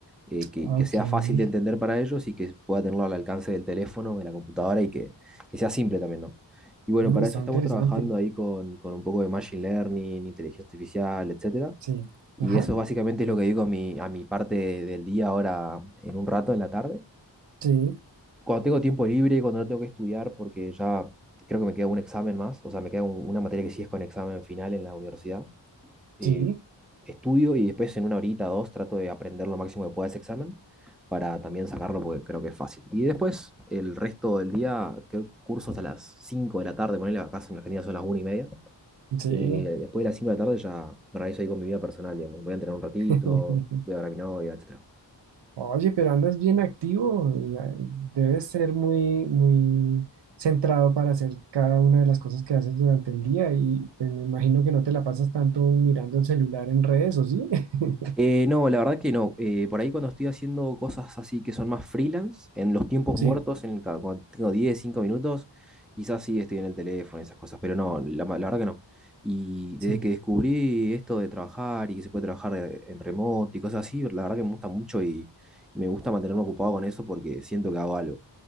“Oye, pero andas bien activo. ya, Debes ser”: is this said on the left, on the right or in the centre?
Right